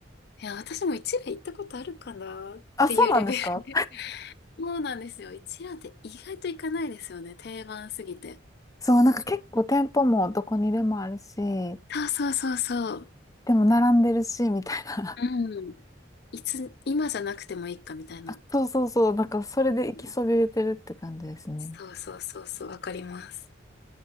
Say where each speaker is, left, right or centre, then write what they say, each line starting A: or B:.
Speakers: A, on the left (about 60°); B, on the left (about 20°).
A: いや、私も一蘭行ったことあるかなっていうレベルで。
B: あ、そうなんですか
A: <laughs> そうなんですよ。一覧って意外と行かないですよね。定番すぎて。
B: <laughs> そう、なんか結構店舗もどこにでもあるし、
A: そうそうそうそう。
B: でも並んでるし、みたいな。
A: うん。いつ、今じゃなくてもいいかみたいな。
B: <laughs> あ、そうそうそう、なんかそれで行きそびれてるって感じですね。
A: うんそうそうそうそう、わかります。